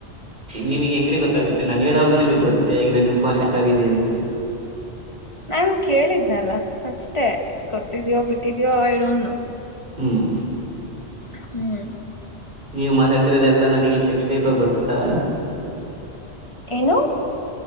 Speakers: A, on the right (about 50°); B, on the left (about 25°).
A: ನಿಮಗ ಹೆಂಗ ರಿ ಗೊತ್ತಾಗುತ್ತೆ ನಾನನ್ ಹೇಳೋವರಗೂ ನಿಮ್ಗ್ ಗೊತ್ತೇಗಿಲ್ಲ ನಿಮ್ಮ ಫೋನ್ ಹ್ಯಾಕ್ ಆಗಿದೆ ಅಂತ.
B: <inaudible> ನನ್ ಕೇಳಿದ್ನಲ್ಲ ಅಷ್ಟೇ ಗೊತ್ತಿದ್ಯಯೋ ಬಿಟ್ಟಿದಯೋ ಆಯ ಡೊಂಟ ನೊ.
A: ಹ್ಮಂ.
B: ಹ್ಮ್.
A: ನೀವು ಮಾತಾಡ್ತಿರೋದೆ ಎಲ್ಲಾ ನನಗ ಇಲ್ಲಿ ಟೆಕ್ಸ್ಟ್ ಟೈಪ್ ಆಗ ಬರ್ತ ಆಯ್ತಿ.
B: ಏನು.